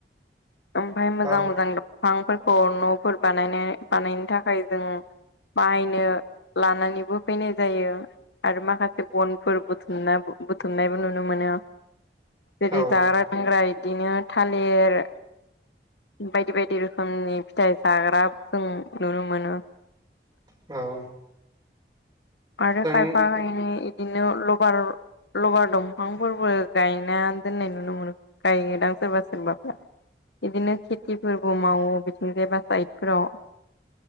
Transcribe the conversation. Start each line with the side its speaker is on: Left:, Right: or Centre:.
Left: ओमफाय मोजां
Right: औ
Left: मोजां दंफांफोरखौ न'फोर बानायनो बानायनो थाखाय जों बाहायनो लानानैबो फैनाय जायो। आरो माखासे बनफोर बुथुमना बुथुमनायबो नुनो मोनो। जेरै
Right: औ
Left: जाग्रा लोंग्रा इदिनो थालिर बायदि बायदि रोखोमनि फिथाइ जाग्रा जों नुनो मोनो।
Right: औ
Left: आरो
Right: जों
Left: खायफा खायनै बिदिनो लबार लबार दंफांफोरबो गायना दोननाय नुनो मोनो गायोदां सोरबा सोरबाफ्रा बिदिनो खेथिबो मावो बिथिं जायबा साइदफोराव